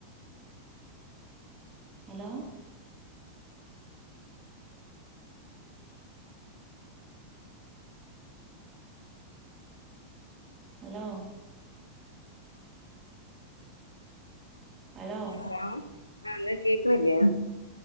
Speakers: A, on the right (about 25°); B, on the left (about 85°).
A: hello hello hello
B: hello ആ ഇങ്ങക്കേക്ക്ണില്ലേ